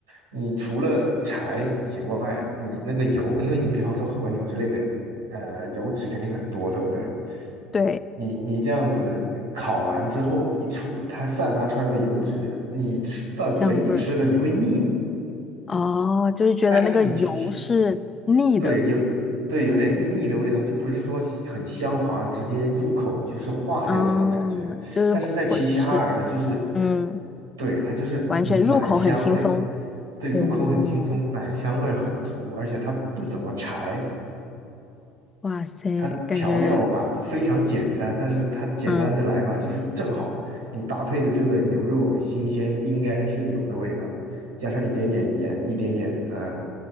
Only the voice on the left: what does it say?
对，
香味儿哦，就是觉得那个油是腻的，
嗯，就是会会吃，
嗯，
完全入口很轻松。
哦，
哇塞，
感觉
嗯，